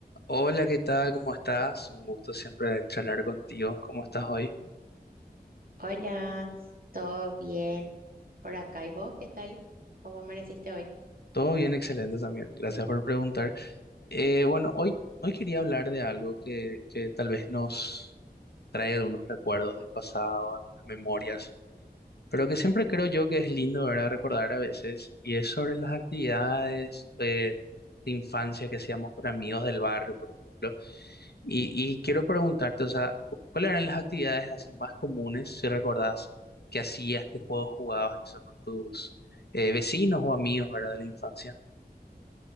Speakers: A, on the left; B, on the right.
A: Hola, ¿qué tal? ¿Cómo estás? Un gusto siempre charlar contigo. ¿Cómo estás hoy?
B: Hola, ¿todo bien por acá? ¿Y vos qué tal? ¿Cómo amaneciste hoy?
A: Todo bien, excelente también. Gracias por preguntar. Eh, bueno, hoy, hoy quería hablar de algo que, que tal vez nos trae algunos recuerdos del pasado, algunas memorias, pero que siempre creo yo que es lindo, ¿verdad? Recordar a veces, y es sobre las actividades eh, de infancia que hacíamos con amigos del barrio, por ejemplo. Y, y quiero preguntarte, o sea, cu- ¿cuáles eran las actividades así más comunes, si recordás, que hacías, qué juegos jugabas y eso con tus eh, vecinos o amigos, ¿verdad? De la infancia.